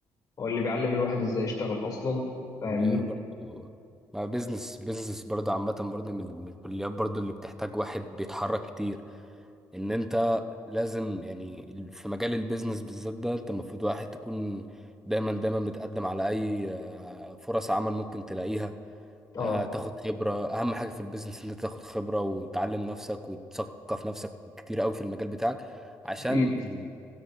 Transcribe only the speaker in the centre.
ما هي برضه ما بيزنس بيزنس برضه عامة برضه من من الكليات برضه اللي بتحتاج واحد بيتحرك كتير ان انت لازم يعني في مجال البيزنس بالذات ده انت المفروض واحد تكون دايما دايما بتقدم على اي آه، فرص عمل ممكن تلاقيها
آه، تاخد خبرة اهم حاجة في البيزنس ان انت تاخد خبرة وتعلم نفسك وتثقف نفسك كتير قوي في المجال بتاعك عشان
ال-